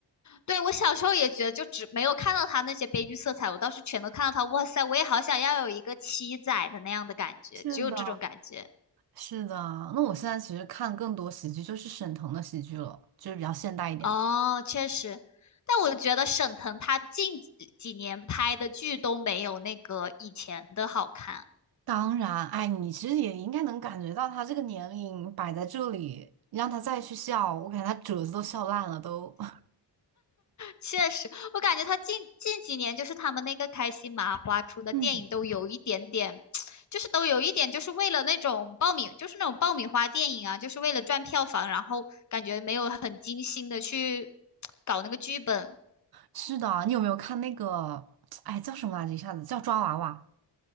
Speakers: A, on the left; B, on the right.
A: 对，我小时候也觉得，就只没有看到他那些悲剧色彩，我倒是全都看到他。哇塞，我也好想要有一个七仔的那样的感觉，
B: 是的，
A: 只有这种感觉。
B: 是的，那我现在其实看更多喜剧，就是沈腾的喜剧了，就是比较现代一点的。
A: 哦，确实，但我觉得沈腾他近几几年拍的剧都没有那个以前的好看。
B: 当然，哎，你其实也应该能感觉到他这个年龄摆在这里，你让他再去笑，我感觉他褶子都笑烂了都。<laughs>
A: 确实，我感觉他近近几年就是他们那个开心麻花出的电影都有一点点，
B: 嗯，
A: 就是都有一点就是为了那种爆米，就是那种爆米花电影啊，就是为了赚票房，然后感觉没有很精心的去搞那个剧本。
B: 是的，你有没有看那个？哎，叫什么来着？一下子叫抓娃娃。